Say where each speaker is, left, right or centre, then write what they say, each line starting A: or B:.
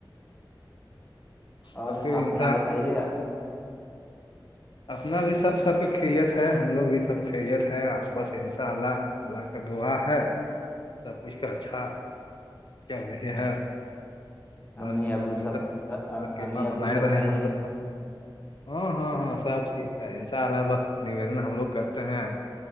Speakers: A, on the left; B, on the left.
A: اور
B: سب کے
A: آپنا
B: انسان
A: بتائیے
B: اپنا بھی سب سب کریت ہے ہم لوگ بھی سب کریت ہے بس ان شاء اللہ اللہ کا دعا ہے سب کچھ کے اچھا چل رہی ہے بسارحپا
A: امی ابو سب امی ابو
B: بنائے
A: سب
B: رہے
A: صحیح
B: ہم
A: ہے نا؟
B: لوگ کا ہاں ہاں ہاں سب ٹھیک ہے ان شاء اللہ بس نویدن ہم لوگ کرتے ہیں